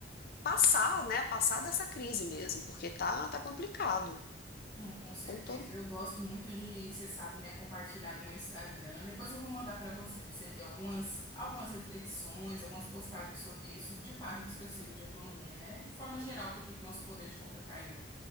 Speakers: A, on the left; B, on the left.
A: passar, né? Passar dessa crise mesmo, porque tá, tá complicado.
B: Não, com certeza.
A: como
B: Eu gosto muito de, você sabe, né, compartilhar no meu Instagram. Depois eu vou mandar para você, para você ver algumas, algumas reflexões, algumas postagens sobre isso, de páginas que eu sigo de economia, né? De forma geral, por que que nosso poder de compra caiu.